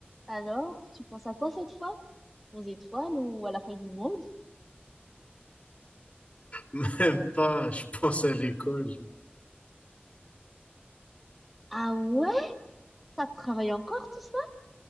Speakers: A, in the centre; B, on the left.
A: Alors, tu penses à quoi cette fois? Aux étoiles ou à la fin du monde?
B: Même pas, je pense à l'école.
A: Ah ouais? Ça te travaille encore tout ça?